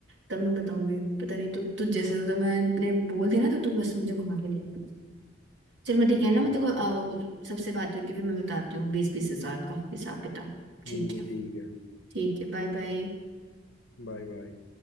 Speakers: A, on the right (about 70°); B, on the left (about 75°).
A: तब मैं बताऊंगी पता नहीं तू तू जैसे तो मैंने बोल दिया ना तो तू बस मुझे घुमा के ले आई। चल मैं ठीक है
B: ओके
A: ना मैं तेको अ, सबसे बात करके फिर मैं बताती हूँ बीस बीस हजार का हिसाब किताब ठीक
B: ठीक है
A: है
B: ठीक है
A: ठीक है बाय बाय
B: Bye bye